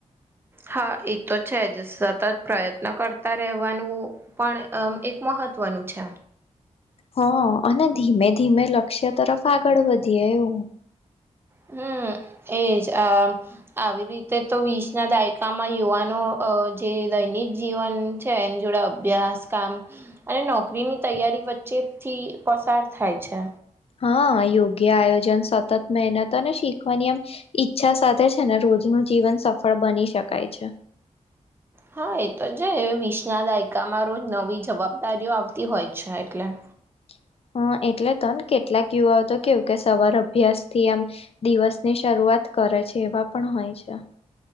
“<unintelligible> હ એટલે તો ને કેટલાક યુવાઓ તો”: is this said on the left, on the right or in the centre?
Left